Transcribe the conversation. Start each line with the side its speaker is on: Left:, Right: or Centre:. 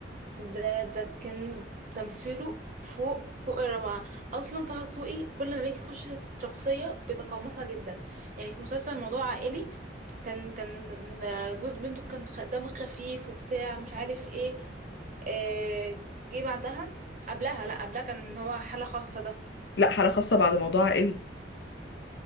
Right: ده ده كان تمثيله فوق فوق الروعة أصلا طه دسوقي كل ما بيجي يخش شخصية بيتقمصها جدا يعني في مسلسل موضوع عائلي كان كان جوز بنته كان خ- دمه خفيف وبتاع ومش عارف ايه آه، جه بعدها قبلها لا قبلها كان هو حالة خاصة ده
Left: لا حاله خاصه بعد موضوع عائلي